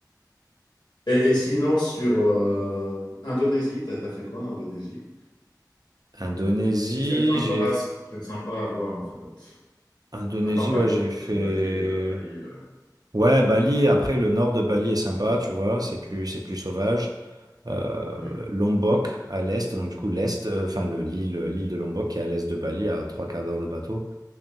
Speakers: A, on the left (about 80°); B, on the right (about 60°).
A: Et, et sinon, sur euh, Indonésie, t'as, t'as fait quoi en Indonésie?
B: Indonésie,
A: Ce qui serait sympa,
B: j'ai...
A: ce qui serait sympa à voir en fait,
B: Indonésie,
A: à part Bali,
B: ouais, j'ai fait...
A: parce que Bali, euh, Bali, euh,
B: Ouais, Bali, après le nord de Bali est sympa, tu vois, c'est plus, c'est plus sauvage. Euh,
A: oui.
B: Lombok à l'est, donc du coup l'est, euh, enfin le, l'île, l'île de Lombok qui est à l'est de Bali, à trois quarts d'heure de bateau,